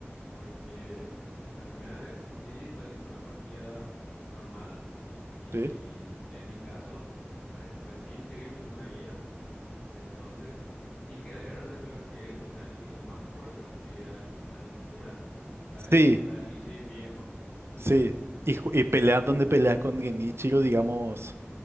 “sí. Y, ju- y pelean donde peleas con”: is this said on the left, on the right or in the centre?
Right